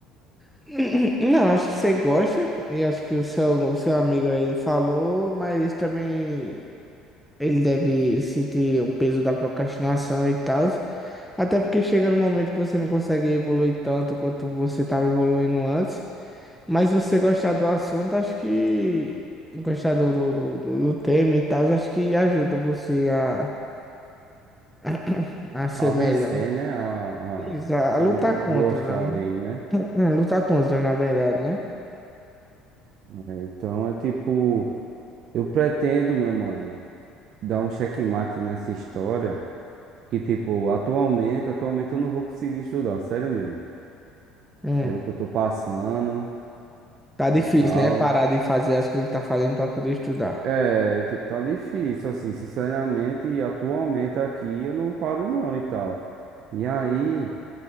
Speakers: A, in the centre; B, on the right.
A: <clears throat> Não, acho que você gosta, e acho que o seu, o seu amigo aí ele falou, mas também ele deve sentir o peso da procrastinação e tal. Até porque chega num momento que você não consegue evoluir tanto quanto você estava evoluindo antes. Mas se você gostar do assunto, acho que gostar do, do, do, do do tema e tal, acho que ajuda você a, <clears throat> a ser
B: a
A: melhor.
B: vencer, né? A,
A: Exa-
B: a
A: Lutar
B: meio que
A: contra,
B: gostar
A: né?
B: ali, né?
A: Hum, Lutar <laughs> contra, na verdade, né?
B: É, Então é tipo, eu pretendo, meu mano, dar um checkmate nessa história. Que tipo, atualmente, atualmente eu não vou conseguir estudar, sério mesmo.
A: Hum.
B: Pelo que eu tô passando
A: Tá difícil,
B: e tal.
A: né? Parar de fazer as coisas que tá fazendo pra poder estudar.
B: É, e, tipo, tá difícil, assim, sinceramente, e atualmente aqui eu não paro não e tal. E aí,